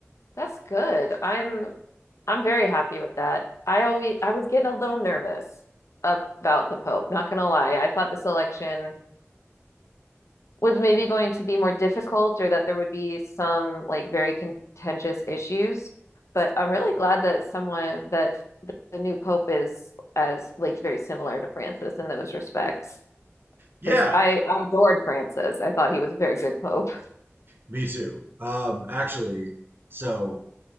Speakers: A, on the left (about 80°); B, on the right (about 45°).
A: that's good. I'm I'm very happy with that. I always I was getting a little nervous ab- about the Pope, not gonna lie. I thought this election was maybe going to be more difficult or that there would be some like very contentious issues, but I'm really glad that someone that the new pope is as like very similar to Francis in those respects.
B: yeah,
A: Because I I adored Francis. I thought he was a very good pope.
B: me too. Um, actually, so